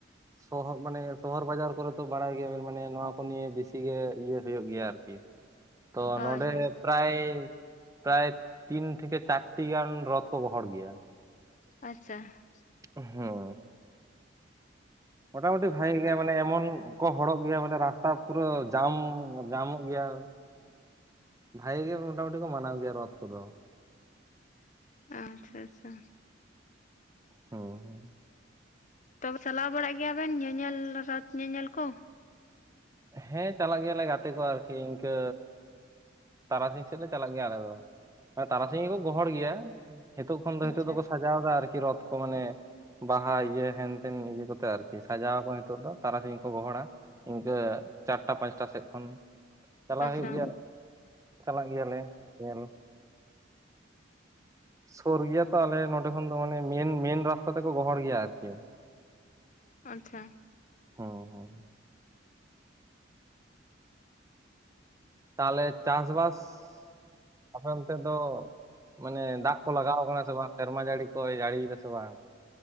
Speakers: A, on the right; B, on the left.
A: ᱥᱚᱦᱚᱜ, ᱢᱟᱱᱮ ᱥᱚᱦᱚᱨ ᱵᱟᱡᱟᱨ ᱠᱚᱨᱮ ᱫᱚ ᱵᱟᱲᱟᱭ ᱜᱮᱭᱟᱵᱮᱱ ᱢᱟᱱᱮ, ᱱᱚᱣᱟ ᱠᱚ ᱱᱤᱭᱮ ᱵᱤᱥᱤᱜ ᱜᱮ ᱤᱭᱟᱹ ᱦᱳᱭᱳᱜ ᱜᱮᱭᱟ ᱟᱨᱠᱤ᱾ ᱛᱚ
B: ᱦᱳᱭ
A: ᱱᱚᱰᱮ
B: ᱦᱳᱭ
A: ᱯᱮᱨᱟᱭ, ᱯᱮᱨᱟᱭ ᱛᱤᱱ ᱛᱷᱮᱠᱮ ᱪᱟᱨᱴᱤ ᱜᱟᱱ, ᱨᱚᱛᱷᱚ ᱠᱚ ᱜᱚᱦᱚᱲ ᱜᱮᱭᱟ᱾
B: ᱟᱪᱪᱟ᱾
A: ᱦᱩᱸᱜ᱾ ᱢᱚᱴᱟᱢᱩᱴᱤ ᱵᱷᱟᱜᱮ ᱜᱮᱭᱟ ᱢᱟᱱᱮ ᱮᱢᱚᱱ ᱠᱚ ᱦᱚᱲᱚᱜ ᱜᱮᱭᱟ ᱢᱟᱱᱮ ᱨᱟᱥᱛᱟ ᱯᱩᱨᱟᱹ ᱡᱟᱢ, ᱡᱟᱢᱚᱜ ᱜᱮᱭᱟ᱾ ᱵᱷᱟᱜᱮ ᱜᱮ ᱢᱳᱴᱟᱢᱩᱴᱤ ᱠᱚ ᱢᱟᱱᱟᱣ ᱜᱮᱭᱟ ᱨᱚᱛᱷᱚ ᱠᱚᱫᱚ᱾
B: ᱟᱪᱪᱷᱟ, ᱟᱪᱪᱷᱟ᱾
A: ᱦᱚᱸ, ᱦᱚᱸ᱾
B: ᱛᱚᱵᱽ ᱪᱟᱞᱟᱣ ᱵᱟᱲᱟᱜ ᱜᱮᱭᱟ ᱵᱮᱱ, ᱧᱮᱧᱮᱞ ᱨᱚᱛ ᱧᱮᱧᱮᱞ ᱠᱚ?
A: ᱦᱮᱸ ᱪᱟᱞᱟᱜ ᱜᱮᱭᱟᱞᱮ ᱜᱟᱛᱮ ᱠᱚ ᱟᱨᱠᱤ ᱤᱱᱠᱟᱹ ᱛᱟᱨᱟᱥᱤᱧ ᱥᱮᱫ ᱞᱮ ᱪᱟᱞᱟᱜ ᱜᱮᱭᱟ ᱟᱞᱮ ᱫᱚ᱾ ᱢᱟᱱᱮ ᱛᱟᱨᱟᱥᱤᱧ ᱜᱮᱠᱚ ᱜᱚᱦᱚᱲ ᱜᱮᱭᱟ᱾ ᱦᱮᱛᱳᱜ ᱠᱷᱚᱱ ᱫᱚ,
B: ᱟᱪᱪᱷᱟ
A: ᱦᱮᱛᱳᱜ ᱫᱚᱠᱚ ᱥᱟᱡᱟᱣ ᱫᱟ ᱟᱨᱠᱤ ᱨᱚᱛ ᱠᱚ ᱢᱟᱱᱮ ᱵᱟᱦᱟ ᱤᱭᱟᱹ ᱦᱮᱱᱛᱮᱱ ᱤᱭᱟᱹ ᱠᱚᱛᱮ ᱟᱨᱠᱤ, ᱥᱟᱡᱟᱣᱟᱠᱚ ᱱᱤᱛᱚᱜ ᱫᱚ ᱛᱟᱨᱟᱥᱤᱧ ᱠᱚ ᱜᱚᱦᱚᱲᱟ᱾ ᱤᱟᱹ ᱪᱟᱨᱴᱟ, ᱯᱟᱸᱪᱴᱟ ᱥᱮᱫ ᱠᱷᱚᱱ ᱪᱟᱞᱟᱣ
B: ᱟᱪᱪᱷᱟ
A: ᱦᱳᱭᱳᱜ ᱜᱮᱭᱟ᱾ ᱪᱟᱞᱟᱜ ᱜᱮᱭᱟᱞᱮ ᱧᱮᱞ᱾ ᱥᱳᱨ ᱜᱮᱭᱟ ᱛᱚ ᱟᱞᱮ ᱱᱚᱰᱮ ᱠᱷᱚᱱ ᱫᱚ᱾ ᱢᱟᱱᱮ ᱢᱮᱱ, ᱢᱮᱱ ᱨᱟᱥᱛᱟ ᱛᱮᱠᱚ ᱜᱚᱦᱚᱲ ᱜᱮᱭᱟ ᱟᱨᱠᱤ᱾
B: ᱟᱪᱪᱷᱟ᱾
A: ᱦᱩᱸ ᱦᱩᱸ ᱛᱟᱦᱚᱞᱮ, ᱪᱟᱥ-ᱵᱟᱥ? ᱟᱯᱮ ᱚᱱᱛᱮ ᱫᱚ, ᱢᱟᱱᱮ ᱫᱟᱜ ᱠᱚ ᱞᱟᱜᱟᱣ ᱠᱟᱱᱟ ᱥᱮ ᱵᱟᱝ? ᱥᱮᱨᱢᱟ ᱡᱟᱹᱲᱤ ᱠᱚᱭ ᱡᱟᱹᱲᱤᱭᱫᱟ ᱥᱮ? ᱵᱟᱝ